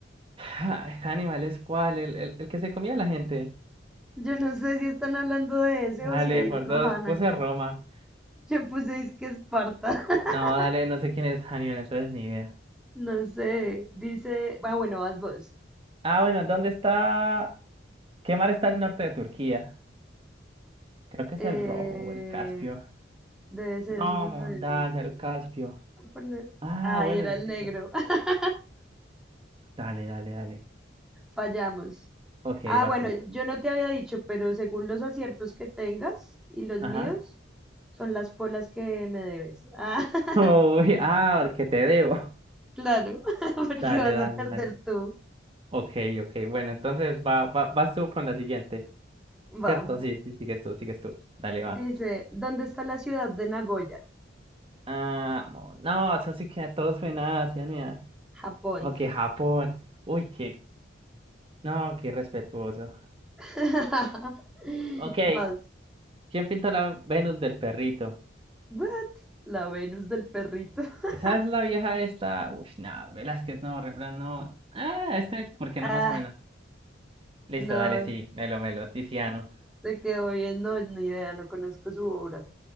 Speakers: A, on the right; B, in the centre.
A: Ah, Hannibal es cuál, el, el, el que se comía a la gente.
B: Yo no sé si están hablando de ese
A: Dale,
B: o si hay
A: por
B: otro
A: dos,
B: Hannah.
A: puse Roma.
B: Yo puse es que Esparta. <laughs>
A: No, dale, no sé quién es Hannibal, entonces ni idea.
B: No sé. Dice, ah, bueno, vas vos.
A: Ah, bueno, ¿dónde está? ¿Qué mar está al norte de Turquía? Creo que
B: Eh,
A: es el Rojo o el Caspio.
B: Debe ser
A: No,
B: alguno
A: montaña,
B: de esos dos.
A: el Caspio.
B: Voy a poner-
A: Ah,
B: Ay,
A: bueno,
B: era
A: el
B: el
A: negro.
B: negro. <laughs>
A: Dale, dale, dale.
B: Fallamos.
A: Ok,
B: Ah,
A: vas
B: bueno,
A: tú.
B: yo no te había dicho, pero según los aciertos que tengas y los
A: Ajá.
B: míos, son las polas que me debes. Ah, <laughs>
A: <laughs> Uy, ah, que te debo.
B: claro, <laughs> porque
A: Dale,
B: vas
A: dale,
B: a perder
A: dale.
B: tú.
A: Ok, ok. Bueno, entonces va, va, vas tú con la siguiente.
B: Va.
A: ¿Cierto? Sí, sí, sigues tú, sigues tú. Dale, va.
B: Dice, ¿dónde está la ciudad de Nagoya?
A: Ah, mo- no, eso sí que a todos suena a Asia, ni a-
B: Japón.
A: Como que Japón. Uy, qué. No, qué respetuoso.
B: <laughs>
A: Ok.
B: Vas.
A: ¿Quién pintó la Venus del perrito?
B: What? La Venus del perrito. <laughs>
A: Esa es la vieja esta. Uy, no, Velázquez no, Rembrandt no. Ah, este, ¿por qué
B: Ah,
A: no me suena? Listo,
B: no,
A: dale, sí. Melo, melo. Tiziano.
B: te quedó bien. No, ni idea, no conozco su obra.